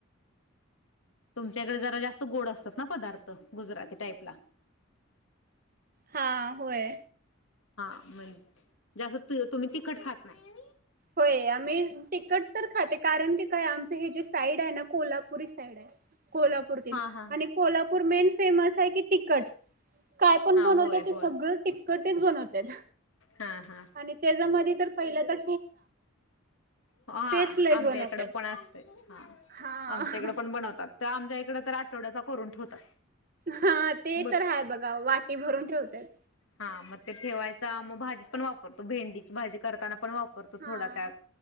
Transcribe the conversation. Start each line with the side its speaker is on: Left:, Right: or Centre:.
Left: तुमच्याकडे जरा जास्त गोड असतात ना पदार्थ, गुजराती टाईपला.
Right: हां, होय.
Left: हां म्हण जे अस् तू तूम्ही तिखट खात नाय.
Right: होय, आम्ही तिकट तर खाते कारण की काय आमच हे जे साईड आय ना कोल्हापुरी साईड आय. कोल्हापूर तेन,
Left: हा हा
Right: आणि कोल्हापूर मेन फेमस हाय की तिकट. काय पण
Left: हा
Right: बनवतात
Left: होय
Right: ते
Left: होय
Right: सगळं टिकटच बनवत्यात,
Left: हा हा.
Right: आणि तेज्यामध्ये तर पहिलं तर
Left: हां
Right: तेच लय
Left: आमच्या
Right: बनवतात.
Left: इकड पण असतंय. हां,
Right: हा
Left: आमच्या इकडं पण बनवतात. ता आमच्या इकडे तर आठवड्याचा करून ठेवतात.
Right: हां ते
Left: मग
Right: तर हाय बगा वाटी भरून ठेवतात.
Left: हां म ते ठेवायचा, म भाजीत पण वापरतो भेंडीची भाजी करताना पण वापरतो
Right: हा
Left: थोडा त्यात.